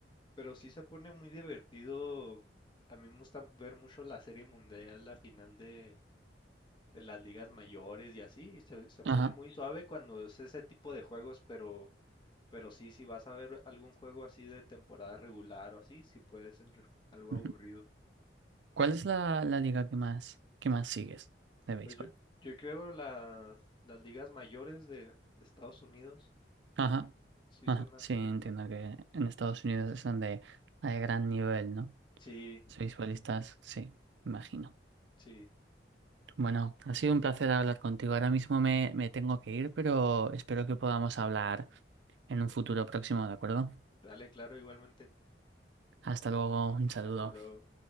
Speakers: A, on the left; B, on the right.
A: Pero sí se pone muy divertido. A mí me gusta ver mucho la Serie Mundial, la final de, de las ligas mayores y así. Se, se pone
B: Ajá.
A: muy suave cuando es ese tipo de juegos, pero, pero sí, si vas a ver algún juego así de temporada regular o así, sí puede ser algo
B: ujú.
A: aburrido.
B: ¿Cuál es la, la liga que más, que más sigues de béisbol?
A: Pues yo, yo creo la- las ligas mayores de, de Estados Unidos
B: Ajá.
A: sí
B: Ajá.
A: son las
B: Sí, entiendo
A: que más.
B: que en Estados Unidos es donde hay gran nivel, ¿no?
A: Sí,
B: Béisbolistas, sí, imagino.
A: sí.
B: Bueno, ha sido un placer hablar contigo. Ahora mismo me, me tengo que ir, pero espero que podamos hablar en un futuro próximo, ¿de acuerdo?
A: Dale, claro, igualmente.
B: Hasta luego, un saludo.
A: Hasta luego.